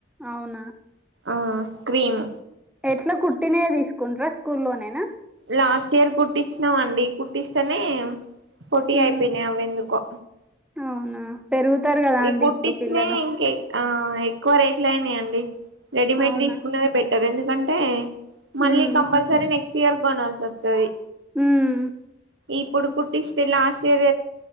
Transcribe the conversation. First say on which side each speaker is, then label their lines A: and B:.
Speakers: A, in the centre; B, on the right.
A: అవునా
B: ఆ క్రీమ్
A: ఎట్లా కుట్టినేయే తీసుకు కుండ్రా స్కూల్ లోనేనా
B: లాస్ట్ ఇయర్ కుట్టించినామండి కుట్టిస్తేనే పొట్టిగా
A: ఉమ్,
B: అయిపోయినాయి అవి ఎందుకో
A: అవునా పెరుగుతారు కదా అండి
B: కుట్టించిన
A: ఇప్పుడు పిల్లలు
B: ఇంక ఆ ఎక్కువ రేట్లు అయినాయి అండి. రెడీమేడ్
A: అవునా
B: తీసుకున్నదే బెటర్. ఎందుకంటే మళ్ళీ
A: ఉమ్,
B: కంపల్సరీ నెక్స్ట్ ఇయర్ కొనల్సి వస్తది.
A: ఉం
B: ఇప్పుడు కుట్టిస్తే లాస్ట్ ఇయర్